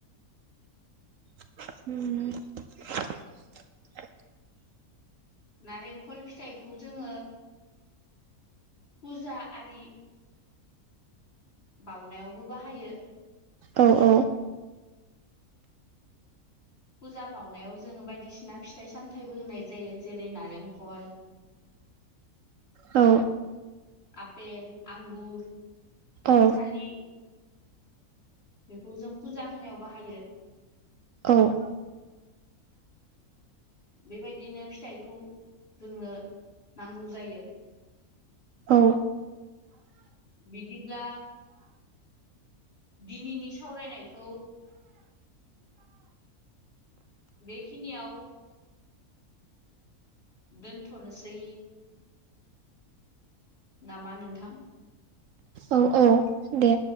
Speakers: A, on the right; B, on the left.
A: <unintelligible>
B: नारेंखल फिथाइखौ जोङो फुजा आदि बावनायावबो बाहायो
A: औ औ
B: फुजा बावनायाव जोङो बायदिसिना फिथाइ सामथायाइबो होनाय जायो जेरै नारेंखल
A: औ
B: आपेल आंगुर थालि
A: औ
B: बेखौ जों फुजा होनायाव बाहायो
A: औ
B: बेबायदिनो फिथाइखौ जोंनो नांगौ जायो‌
A: औ
B: बिदिब्ला - दिनैनि सावरायनायखौ बेखिनि आव दोनथ'नोसै नामा नोंथां
A: औ औ दे